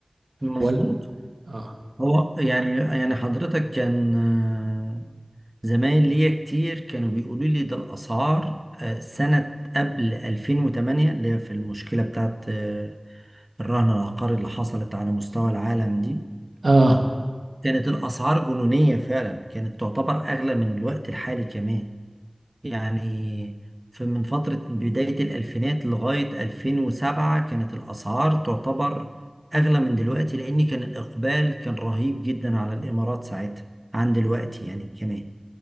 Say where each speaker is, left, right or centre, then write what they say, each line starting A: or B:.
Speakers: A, on the right; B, on the right.
A: مظبوط
B: ولا اه
A: هو يعني يعني حضرتك كان آه، زمايل ليا كتير كانوا بيقولوا لي ده الأسعار آه، سنة قبل 2008 اللي هي في المشكلة بتاعت آه، الرهن العقاري اللي حصلت على مستوى العالم دي
B: اه
A: كانت الأسعار جنونية فعلا كانت تعتبر أغلى من الوقت الحالي كمان يعني في من فترة بداية الألفينات لغاية 2007 كانت الأسعار تعتبر أغلى من دلوقتي لأن كان الإقبال كان رهيب جدا على الإمارات ساعتها عن دلوقتي يعني كمان